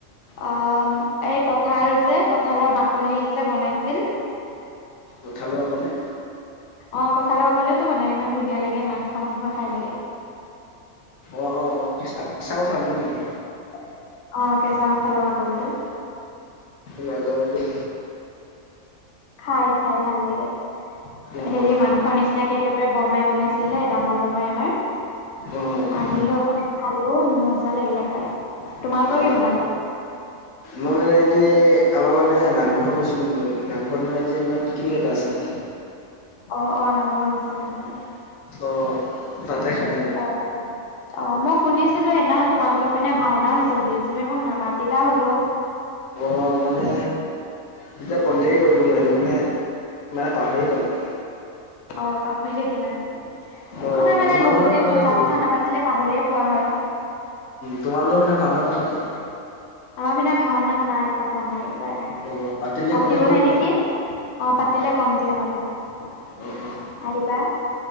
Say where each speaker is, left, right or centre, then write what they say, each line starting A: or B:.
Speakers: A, on the left; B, on the left.
A: আহ, এই কঠাল যে কঠালৰ বাকলি যে বনাইছিল।
B: কঠালৰ বাকলি?
A: অ', কঠালৰ বাকলিওটো বনায় ইমান ধুনীয়া লাগে মাংস, মাংস খাই লাগে।
B: অ', অ' অ', কেচা কেচা কঠালটো নেকি?
A: অ', কেঁচা কঠালৰ বাকলিটো।
B: নাজানো দেই।
A: খাই খাই, ভাল লাগে,
B: অ',
A: হেৰি
B: অ',
A: মাংস নিচিনাকে একেবাৰে বৰমাই বনাইছিল, ডাঙৰ বৰমাই আমাৰ।
B: অ',
A: আনিলো, খালো, মজা লাগিলে খাই, তোমালোকৰ
B: অ',
A: কি
B: অ',
A: বনালে?
B: অ'। মই মানে আজি আমাৰ মানে নামঘৰ গৈছিলোঁ মই, মানে নামঘৰত মানে আজি আমাৰ পিকনিক এটা আছিল।
A: অ', অ' নামঘৰ গৈছিলা নেকি?
B: অ', তাতে খাই আহিলো।
A: <inaudible> অ', মই শুনিছিলো সেইদিনাখন তোমালোকৰ পিনা ভাওনা হৈছিল বুলি, তুমি মোক নামাতিলা হলো।
B: অ', মানে তেতিয়া কণ্টেকটেই কৰিব নোৱাৰিলোঁ মানে, মানে পাহৰি পালোঁ।
A: অ', পাহৰি থাকিলা নেকি,
B: ত'
A: একো নাই মানে
B: তোমালোকৰ
A: বহুত
B: তাত
A: দিন
B: পাতা
A: কথা
B: নাই নেকি
A: চথা
B: ভাওনা
A: নাপাতিলে, পাহৰিয়ে পোৱা হয়।
B: তোমালোকৰ ফালে ভাওনা পাতে নে?
A: আমাৰ পিনে ভাওনা, নাই পতা নাই, এইবাৰ।
B: অ' পাতিলে
A: পাতিবহে
B: কণ্টেক্ট কৰিবা
A: নেকি, অ', পাতিলে কম দিয়া মই তোমাক।
B: অ'
A: আহিবা।